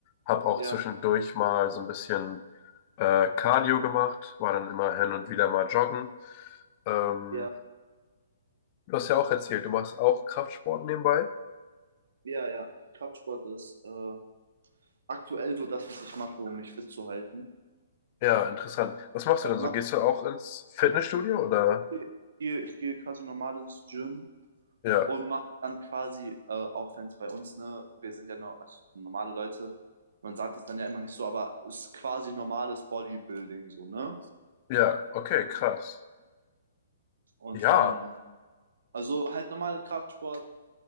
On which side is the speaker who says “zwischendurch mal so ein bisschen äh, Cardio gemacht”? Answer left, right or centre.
Left